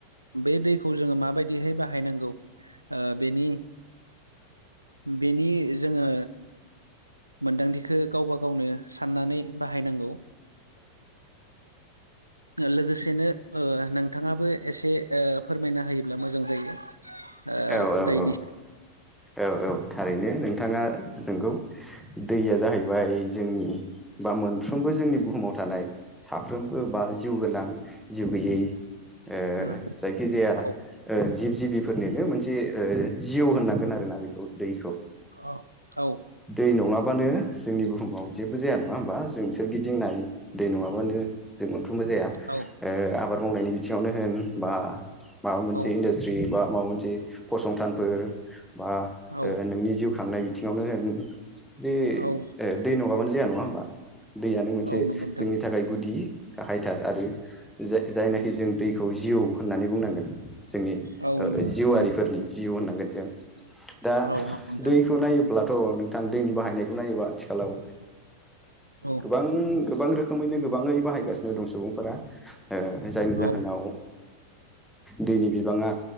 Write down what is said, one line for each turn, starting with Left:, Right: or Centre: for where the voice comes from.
Right: बे दैखौ जोङो माबायदिहाय बाहाय बाहायनांगौ ओ बेनि बेनि जोङो मोनदांथिखौ गावबा गावनो साननानै बाहायनांगौ <inaudible> लोगोसेनो नोंथाङाबो एसे फोरमायना होयोब्ला मोजां जायो ओ
Centre: औ-औ-औ
Right: दैनि
Centre: औ-औ थारैनो नोंथाङा नंगौ दैया जाहैबाय जोंनि बा मोनफ्रोमबो जोंनि बुहुमाव थानाय साफ्रोमबो बा जिउ गोनां जिउ गैयै ओ
Right: उम
Centre: जायखिजाया
Right: औ
Centre: जिब जिबि फोरनिनो मोनसे जिउ होननांगोन आरोना बेखौ दै
Right: औ औ
Centre: दै नङाबानो जोंनि बुहुमाव जेबो जाया नङा होम बा जोंसोरगिदिं नाय दै नङाबानो जों मोनफ्रोमबो जाया
Right: औ
Centre: आबाद मावनायनि बिथिङावनो होन बा माबा मोनसे
Right: औ
Centre: इनदा सट्रि बा माबा मोनसे फसंथान बा
Right: औ
Centre: नोंनि जिउ खांनाय बिथिङावनो बे
Right: औ
Centre: दै नङाबानो जाया नङा होमबा दैआनो मोनसे
Right: औ नंगौ नोंथां
Centre: जोंनि थाखाय गुदि गाहायथार आरो जायनाखि जों दै खौ जिउ होननानै बुंनांगोन जोंनि
Right: औ नंगौ
Centre: जिउआरिफोरनि
Right: उम,
Centre: जिउ होननांगोन जों दा
Right: औ नंगौ नोंथां
Centre: दैखौ नायोब योब्लाथ' नोंथां दैनि बाहायनायखौ नायोबा आथिखालाव
Right: औ
Centre: गोबां गोबां रोखोम रोखोमैनो गोबाङै बाहायगासिनो दं सुबुंफोरा जायनि जाहोनाव
Right: औ
Centre: दैनि बिबाङा